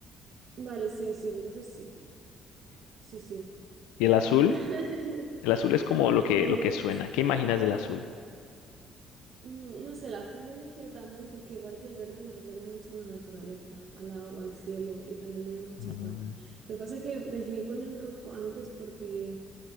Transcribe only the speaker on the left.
Y el azul,
el azul es como lo que,
lo que suena.
¿Qué imaginas del azul?
Mm.